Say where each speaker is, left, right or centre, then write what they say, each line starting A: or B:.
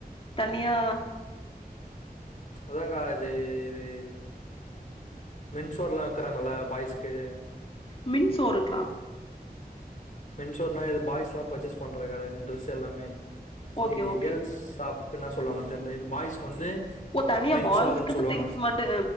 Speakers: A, on the left; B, on the left.
A: தனியா
B: அதாங்கா அது இது மின்சோர்லா ஆக்குறாங்கல்ல பாய்ஸ்க்கு
A: மின் சோறுங்களா
B: மின்சோர்னா இது பாய்ஸ் எல்லாம் பர்ச்சேஸ் பண்ற கட டிரெஸ் எல்லாமே
A: ஓகே
B: இகு
A: ஓகே
B: கேர்ள்ஸ் ஷாப்புக்கு என்ன சொல்லுவாங்கன்னு தெரில இது பாய்ஸ்க்கு வந்து
A: ஓ தனியா
B: மென்ஸ்வேர்ன்னு
A: பாய்ஸ்க்குன்னு
B: சொல்லுவாங்க
A: திங்ஸ் மட்டு